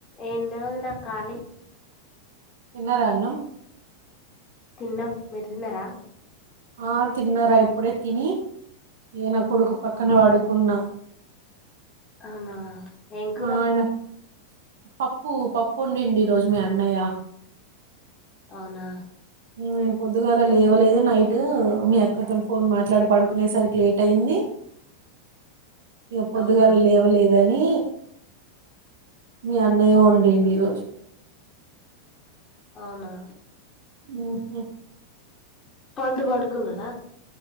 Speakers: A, on the left; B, on the right.
A: ఏం లే వదినా ఖాళీ
B: తిన్నారా అన్నం
A: తిన్నాం మీరు తిన్నారా
B: ఆ తిన్నార ఇప్పుడే తిని ఇగ నా కొడుకు పక్కన పడుకున్నా
A: అవునా ఏం కూరా
B: ఆయన పప్పు పప్పు వండిండు ఈరోజు మీ అన్నయ్య
A: అవునా
B: మేం పొద్దుగాల లేవలేదు నైట్ మీ అక్కతోని ఫోన్ మాట్లాడి పడుకునేసరికి లేట్ అయింది ఇగా పొద్దుగాల
A: అవునా
B: లేవలేదు ఏందీ మీ అన్నయ్య వన్డిండి ఈరోజు
A: అవునా
B: ఆహ
A: పండు పడుకున్నాడా